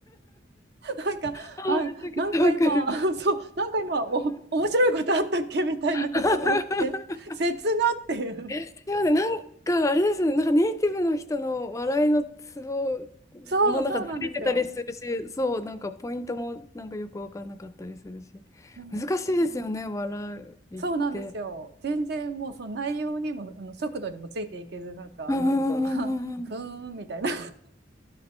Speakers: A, on the right (about 60°); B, on the left (about 15°).
A: なんか、
B: あ <laughs>
A: あ、
B: めちゃくちゃわかる。
A: なんか今、<laughs> そう、なんか今、お、面白いことあったっけみたいなことが起きて、
B: <laughs>
A: <laughs> 切なっていう。
B: ですよね。なんか、あれですね。なんかネイティブの人の笑いのツボ
A: そう、
B: もなんかずれてたりするし、
A: そうなんですよ。
B: そう、なんかポイントもなんかよくわかんなかったりするし。
A: うん、
B: 難しいですよね、笑いって。
A: そうなんですよ。全然もうその内容にも、あの速度にもついていけず、なんか、
B: うんうんうんうんうん。
A: あふーんみたいな。